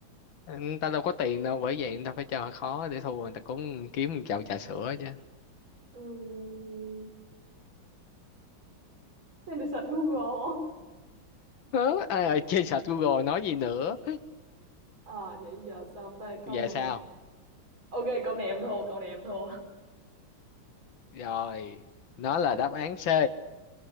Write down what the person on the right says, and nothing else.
Ừm, Nên được search Google không?
Ờ vậy giờ sao ta câu
này
Ok câu này em thua câu này em thua